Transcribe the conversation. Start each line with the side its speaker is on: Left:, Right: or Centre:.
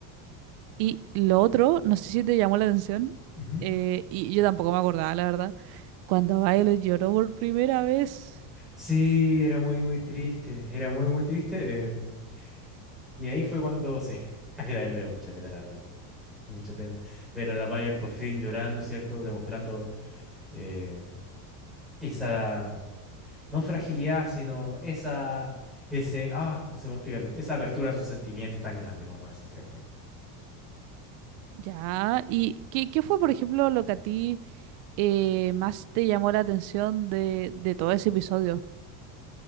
Right: Y lo otro, no sé si te llamó la atención,
Centre: Ujú.
Right: eh, y yo tampoco me acordaba, la verdad, cuando Violet lloró por primera vez.
Centre: Sí, era muy, muy triste. Era muy, muy triste. eh, y ahí fue cuando, sí, <laughs> a mí también me dio mucha pena, la verdad, no. Mucha pena. Ver a la Bayer por fin llorando, ¿cierto? Demostrando eh, esa, no fragilidad, sino esa, ese, ah, no sé cómo explicarlo, esa apertura a sus sentimientos tan grande como esa, ¿cierto?
Right: Ya, ¿y qué, qué fue, por ejemplo, lo que a ti eh, más te llamó la atención de, de todo ese episodio?